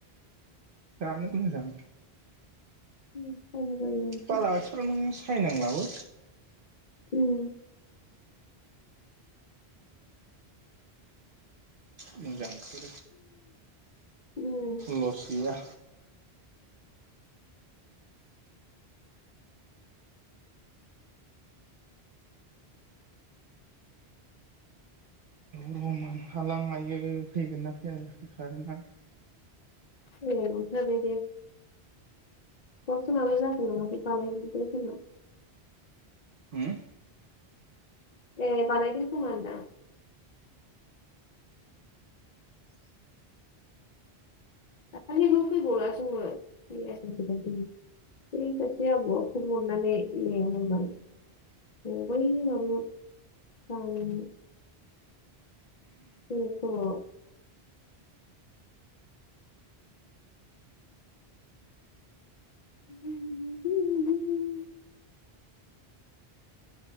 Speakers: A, on the right (about 60°); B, on the left (about 50°).
A: जानो मोजां।
B: उम बायनो बायो ओमफ्राय।
A: बालाबाथिफ्राव नों सायनांलाबो
B: उम
A: मोजांसो
B: उम
A: लस गैया। रमान हालां हायो फैगोन ना फैया जाखो खारेना
B: अ थारै बे अ जोंनाबो जाथ'लाङाखै बानायाखैनो जोंनाव
A: उम
B: ए बानायाखैनो खोमा होनदां दाखालिबो फैबावलासोमोन मैयासो हगारदों। बै सासे आबौवा फन हरनानै लिंहरबाय। अ बै माबायाव गामिनि बै ग <unintelligible> <unintelligible>